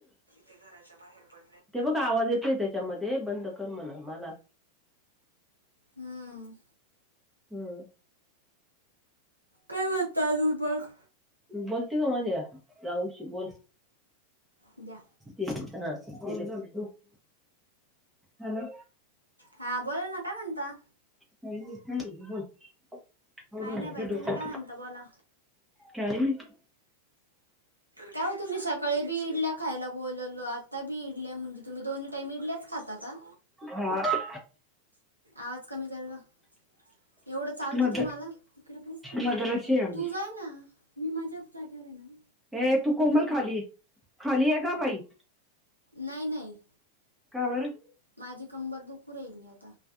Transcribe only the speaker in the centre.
ते बघा आवाज येतोय त्याच्यामधे बंद कर म्हणा, मला
हमम.
बोलते का माझ्या जाऊशी बोल
<unintelligible> हॅलो
<unintelligible> बोल आवडून
झालं
का डोकं?
काही नाही
हा
मद
मद्राशी
आहे आम्ही
ऐ तू कोमल खाली ये, खाली येगं बाई
का बरं?